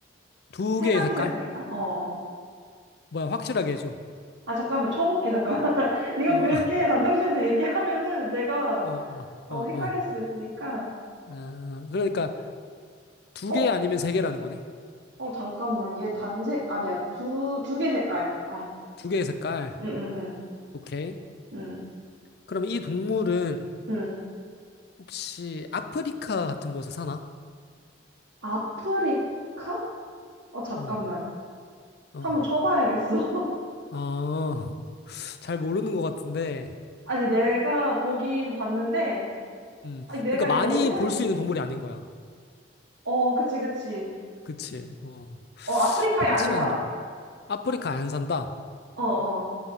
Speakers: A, on the left; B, on the right.
A: 두
B: 세
A: 개의
B: 가지
A: 색깔?
B: 색깔인가? 어, 어.
A: 뭐야, 확실하게 해줘.
B: 아, 잠깐만. 쳐볼게, 잠깐만. <laughs> 네가
A: 어,
B: 그렇게
A: <laughs>
B: 단정지어서 얘기하면은 내가
A: 어, 어,
B: 어,
A: 어, 어.
B: 헷갈릴 수도 있으니까.
A: 아, 그러니까 두
B: 어,
A: 개 아니면 세 개라는 거네.
B: 어, 잠깐만. 얘 단색, 아니야. 두, 두 개 색깔. 어.
A: 두 개의 색깔.
B: 응, 응, 응.
A: 오케이.
B: 응,
A: 그럼 이 동물은
B: 응.
A: 혹시 아프리카 같은 곳에 사나?
B: 아프리카? 어, 잠깐만.
A: 음, 어,
B: 한번 쳐봐야겠어. <laughs>
A: 어, 어, 잘 모르는 것 같은데.
B: 아니, 내가 보긴 봤는데,
A: 음,
B: 아니, 내가
A: 그러니까 많이
B: 얘가 어디 사는지,
A: 볼 수 있는 동물이 아닌 거야.
B: 어, 그치, 그치.
A: 그치. 어,
B: 어, 아프리카에
A: 흔치
B: 안 살아.
A: 않은 동물. 아프리카 안 산다.
B: 어, 어.